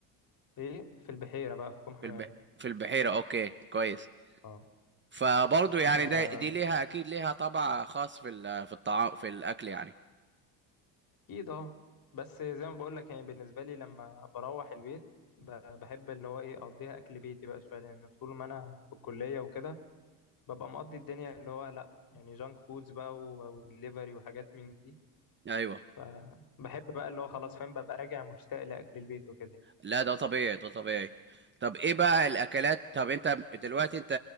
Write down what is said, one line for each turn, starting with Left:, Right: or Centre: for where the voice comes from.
Left: ايه في البحيرة بقى في كوم حمادة
Right: في الب... في البحيرة اوكي كويس
Left: اه
Right: فبرضه يعني
Left: فأكيد
Right: ده دي ليها اكيد ليها طبع خاص في ال... في الطعام في الاكل يعني
Left: اه بس زي ما بقول لك يعني بالنسبة لي لما بروح البيت ب- بحب اللي هو ايه أقضيها أكل بيتي بقى شوية لأن طول ما أنا في الكلية وكده ببقى مقضي الدنيا اللي هو لأ يعني جانك فودز بقى ودليفري وحاجات من دي
Right: ايوه
Left: فبحب بقى اللي هو خلاص فاهم ببقى راجع مشتاق لأكل البيت وكده
Right: لا ده طبيعي ده طبيعي طب ايه بقى الاكلات طب انت دلوقتي انت